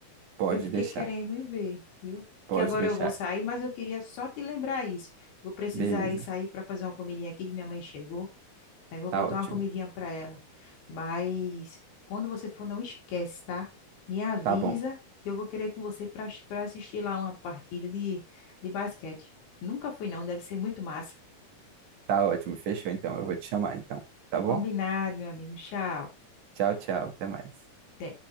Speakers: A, on the right; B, on the left.
A: Pode
B: Eu fiquei
A: deixar,
B: querendo ir ver, viu?
A: pode
B: Que agora
A: deixar.
B: eu vou sair, mas eu queria só te lembrar isso. Vou precisar
A: Beleza,
B: ir sair para fazer uma comidinha aqui, que minha mãe chegou. Aí eu vou
A: tá
B: botar
A: ótimo.
B: uma comidinha para ela. Mas quando você for, não esquece, tá? Me avisa
A: Tá bom.
B: que eu vou querer ir com você para para assistir lá uma partida de, de basquete. Nunca fui, não. Deve ser muito massa.
A: Tá ótimo, fechou então. Eu vou te chamar então, tá bom?
B: Combinado, meu amigo. Tchau.
A: Tchau, tchau, até mais.
B: Até.